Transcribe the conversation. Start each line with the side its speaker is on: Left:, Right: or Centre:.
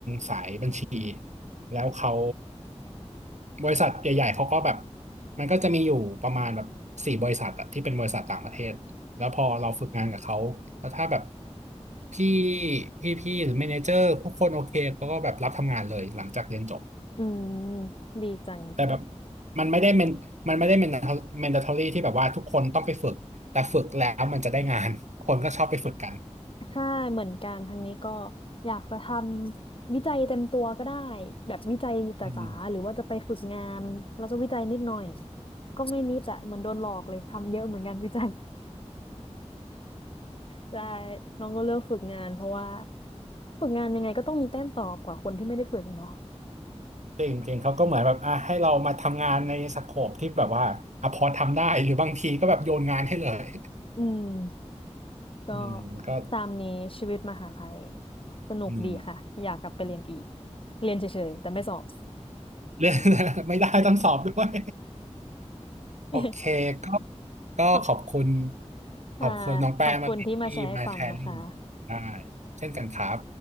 Right: สายบัญชีแล้วเขาบริษัทใหญ่ๆเขาก็แบบมันก็จะมีอยู่ประมาณแบบสี่บริษัทอะที่เป็นบริษัทต่างประเทศแล้วพอเราฝึกงานกับเขาแล้วถ้าแบบพี่พี่พี่หรือเมเนเจอร์พวกคนโอเคเขาก็แบบรับทำงานเลยหลังจากเรียนจบ
Left: อืมดีจัง
Right: แต่แบบมันไม่ได้เมนมันไม่ได้เมนเมนดาทอรี่ที่แบบว่าทุกคนต้องไปฝึกแต่ฝึกแล้วมันจะได้งานคนก็ชอบไปฝึกกัน
Left: ใช่เหมือนกันทางนี้ก็อยากจะทำวิจัยเต็มตัวก็ได้แบบวิจัยจ๋าๆหรือว่าจะไปฝึกงานแล้วก็วิจัยนิดหน่อย
Right: อืม
Left: ก็ไม่นิดอะเหมือนโดนหลอกเลยทำเยอะเหมือนกันวิจัย ใช่น้องก็เลือกฝึกงานเพราะว่าฝึกงานยังไงก็ต้องมีแต้มต่อกว่าคนที่ไม่ได้ฝึกอะเนาะ
Right: จริงจริงเขาก็เหมือนแบบอ่ะให้เรามาทำงานในสโคปที่แบบว่าอ่ะพอทำได้หรือบางทีก็แบบโยนงานให้เลย
Left: อืมก็
Right: อืมก็
Left: ตามนี้ชีวิตมหาลัยสนุกดีค่ะอยากกลับไปเรียนอีก
Right: อืม
Left: เรียนเฉยๆแต่ไม่สอบ
Right: เรื่อง <laughs> ไม่ได้ต้องสอบด้วยโอเคก็
Left: <laughs>
Right: ก็ขอบคุณ
Left: ขอบค่ะขอบคุณที่มาแชร์ให้ฟังนะคะ
Right: ขอบคุณน้องแป้งมากที่มาแชร์ลิงได้เช่นกันครับ